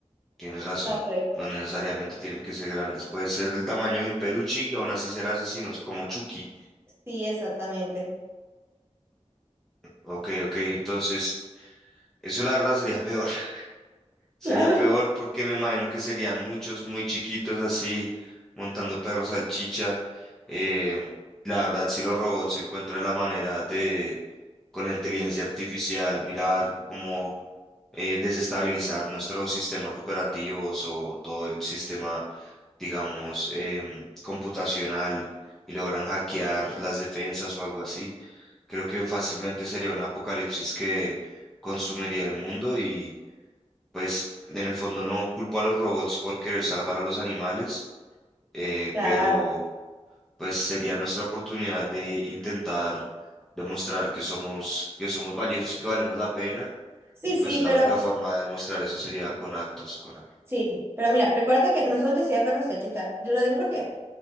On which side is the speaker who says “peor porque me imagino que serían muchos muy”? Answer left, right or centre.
Centre